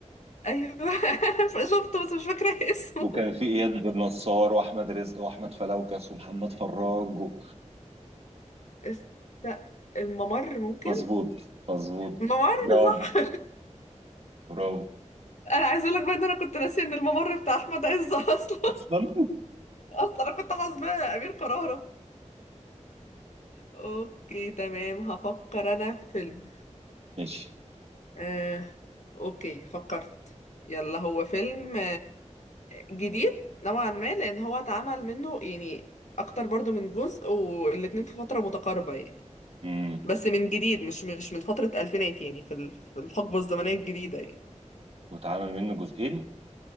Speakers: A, on the left; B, on the right.
A: ايوه <laughs> فشفته بس مش فاكره اسمه
B: وكان في إياد بن نصار وأحمد رزق وأحمد فلوكس ومحمد فراج و...
A: است... الممر ممكن
B: مظبوط مظبوط
A: الممر
B: برافو
A: صح
B: برافو
A: انا عايزه اقول لك بقى ان انا كنت ناسيه ان الممر بتاع احمد عز <laughs> اصلا
B: أصلا
A: اصلا انا كنت حاسباه امير كرارة اوكي تمام هفكر انا في فيلم
B: ماشي
A: آه... اوكي فكرت يلا هو فيلم جديد نوعا ما لان هو اتعمل منه يعني اكتر برضو من جزء والاتنين في فترة متقاربة يعني
B: مم.
A: بس من جديد مش مش من فترة الفينات يعني في ال- في الحقبة الزمنية الجديدة يعني
B: واتعمل منه جزئين